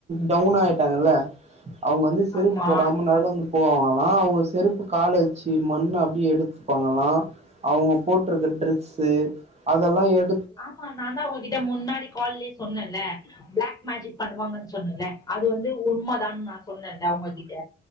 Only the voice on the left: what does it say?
ஆமா
ஆமா நா தா ஒங்ககிட்ட முன்னாடி கால்லே சொன்னேல்ல பிளாக் மேஜிக் பண்ணுவாங்கன்னு சொன்னல்ல அது வந்து உண்மதான் நா சொன்னேல்ல அவுங்ககிட்ட